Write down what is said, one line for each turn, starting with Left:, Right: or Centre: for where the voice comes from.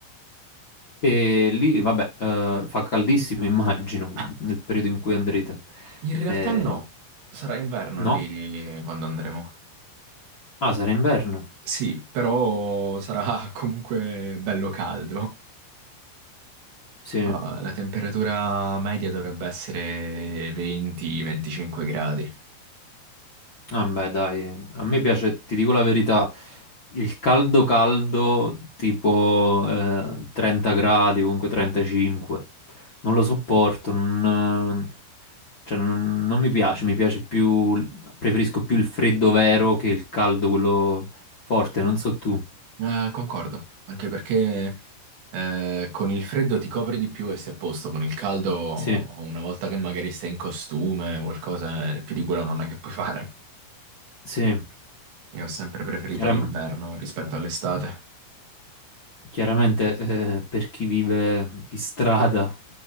Left: E lì, vabbè, eh, fa caldissimo, <laughs> immagino,
Right: Ah,
Left: nel periodo in cui andrete.
Right: in realtà
Left: Eh,
Right: no, sarà inverno
Left: no?
Right: lì quando andremo.
Left: Ah, sarà inverno.
Right: Sì, però sarà <laughs> comunque bello caldo.
Left: Sì.
Right: Ah, la temperatura media dovrebbe essere 20-25 gradi.
Left: Vabbè, dai, a me piace, ti dico la verità, il caldo caldo, tipo eh, 30 gradi, comunque 35. Non lo sopporto, non, cioè, non, non mi piace, mi piace più, preferisco più il freddo vero che il caldo, quello forte, non so tu.
Right: Ah, concordo, anche perché eh, con il freddo ti copri di più e sei a posto, con il caldo
Left: Sì,
Right: una volta che magari stai in costume o qualcosa, eh, più di quello non è che puoi fare.
Left: sì,
Right: Io ho sempre preferito
Left: chiaram-
Right: l'inverno rispetto all'estate.
Left: chiaramente eh, per chi vive in strada